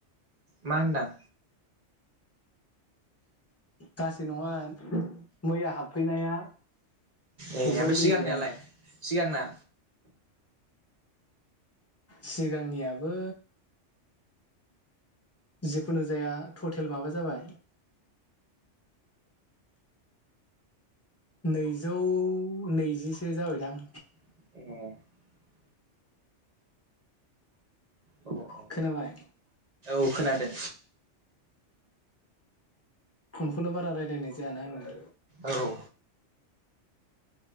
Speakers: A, on the right; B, on the left.
A: मा होनदां?
B: गासै नङा मैया हाबफैनाया
A: ए
B: सेजौ
A: ओमफाय
B: ब्रैजिदाइन
A: सिगांनियालाय सिगांना?
B: सिगांनियाबो जिखुनु जाया थटेल माबा जाबाय नैजौ नैजिसो जाबायदां।
A: <unintelligible> औ औ
B: खोनाबाय
A: औ खोनादो।
B: फनखौनो बारा रायलायनाय जायाना आङो।
A: ओ औ।